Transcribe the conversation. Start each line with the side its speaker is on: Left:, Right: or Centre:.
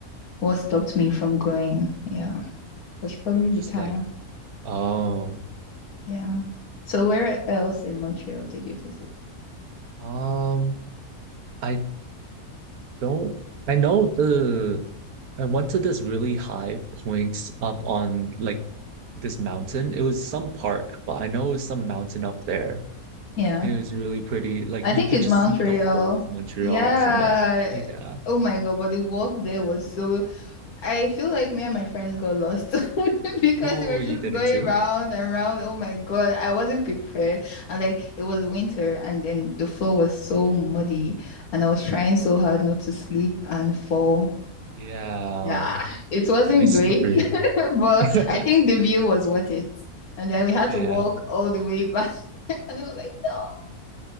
Left: what stopped me from going. Yeah, was probably
Right: It was
Left: the
Right: just
Left: time.
Right: like, oh,
Left: Yeah. So where else in Montreal did you visit?
Right: um, I Don't I know the I went to this really high point up on like this mountain. It was some park, but I know it was some mountain up there.
Left: Yeah,
Right: It was really pretty. Like
Left: I
Right: you
Left: think
Right: could
Left: it's
Right: just
Left: Montreal.
Right: see the whole of Montreal
Left: Yeah.
Right: from it. Yeah.
Left: Oh my God, but the walk there was so. I feel like me and my friends got lost <laughs> because
Right: Oh,
Left: we were just
Right: you did
Left: going
Right: it too?
Left: round and round. Oh my God, I wasn't prepared. And like it was winter, and then the floor was so muddy, and I was trying so hard not to sleep and fall.
Right: Yeah.
Left: Yeah, it wasn't
Right: Really slippery.
Left: great, <laughs> but
Right: <laughs>
Left: I think the view was worth it. And then we had
Right: Yeah.
Left: to walk all the way back, <laughs> and I was like, no.